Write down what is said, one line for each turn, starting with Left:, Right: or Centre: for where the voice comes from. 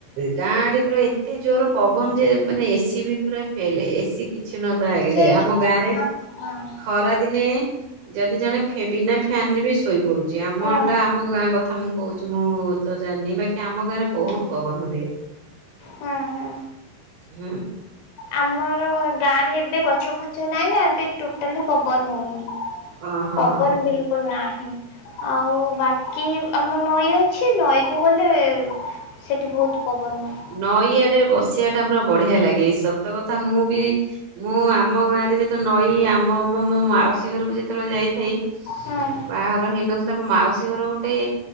Right: ଗାଁ ଆଡେ ପୁରା ଏତେ ଯୋର୍ ପବନ ଯେ ମାନେ ଏସିି ବି ପୁରା ଫେଲେ, ଏସିି କିଛି ନୁହଁ ତା ଆଗେରେ,
Left: ସେଇ
Right: ଆମ
Left: ତ
Right: ଗାଁରେ
Left: ହଁ ହଁ।
Right: ଖରାଦିନେ ଯେଦି ଜଣେ ଫେ ବିନା ଫ୍ୟାନ୍ ରେ ବି ଶୋଇ ପଡୁଚି ଆମଟା
Left: ହଁ
Right: ଆମ ଗାଁ କଥା ମୁଁ କୋଉଚି ମୁଁ ତ ଜାଣିନି ବାକି ଆମ ଗାଁରେ ବୋହୁତ୍
Left: ହଁ
Right: ପବନ ଦିଏ
Left: ହଁ ହଁ।
Right: ହୁଁ।
Left: ଆମର ଓ ଗାଁରେ ଏବେ ଗଛ ଫଛ ନାଇଁନା ଏବେ ଟୋଟାଲି ପବନ ହୋଉନି।
Right: ଓହଁ
Left: ପବନ୍ ବିଲ୍ କୁଲ୍ ନାହିଁ। ଆଉ ବାକି ଆମ ନଈ ଅଛି ନଈ କୁ ଗଲେ ସେଠି ବୋହୁତ୍ ପବନ୍ ହୁଏ।
Right: ନଈଆଡେ ବସିବାଟା ପୁରା ବଢିଆ ଲାଗେ ସତକଥା ମୁଁ ବି ମୁଁ ଆମ ଗାଁରେ ଯେତେ ନଈ ଆମ ମୋ ମୋ ମାଉସୀ ଘରୁକୁ ଯେତେବେଳେ ଯାଇଥାଇ
Left: ହୁଁ
Right: ବାଆଘର ହେଇନଥିଲା ମୋ ମାଉସୀ ଘର ଗୋଟେ